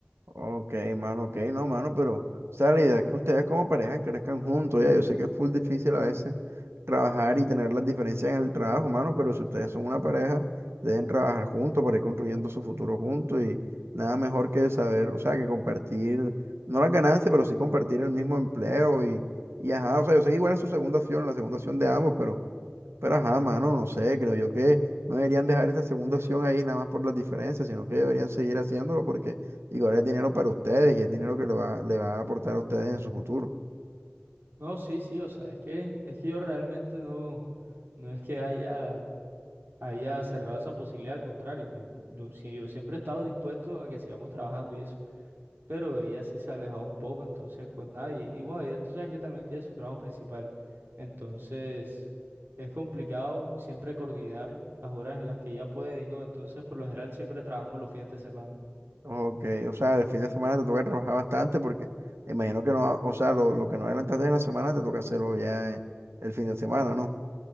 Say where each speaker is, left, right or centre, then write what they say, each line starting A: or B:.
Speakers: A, on the right (about 85°); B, on the right (about 65°).
A: Ok, mano, ok, no, mano, pero, o sea, la idea es que ustedes como pareja crezcan juntos, ya, yo sé que es full difícil a veces trabajar y tener las diferencias en el trabajo, mano, pero si ustedes son una pareja, deben trabajar juntos para ir construyendo su futuro juntos y nada mejor que saber, o sea, que compartir, no las ganancias, pero sí compartir el mismo empleo y, y ajá, o sea, yo sé que igual es su segunda opción, la segunda opción de ambos, pero pero ajá, mano, no sé, creo yo que no deberían dejar esa segunda opción ahí nada más por las diferencias, sino que deberían seguir haciéndolo porque igual es dinero para ustedes y es dinero que le va, le va a aportar a ustedes en su futuro.
B: No, sí, sí, o sea, es que, es que yo realmente no, no es que haya, haya cerrado esa posibilidad, al contrario, yo, no- yo, sí, yo siempre he estado dispuesto a que sigamos trabajando y eso. pero ella sí se ha alejado un poco, entonces pues nada, y, y bueno, ella tú sabes que también tiene su trabajo principal, entonces es complicado siempre coordinar las horas en las que ella puede y no, entonces por lo general siempre trabajamos los fines de semana.
A: Ok, o sea, el fin de semana te toca trabajar bastante porque imagino que no, o sea, lo, lo que no adelantaste en la semana te toca hacerlo ya eh, el fin de semana, ¿no?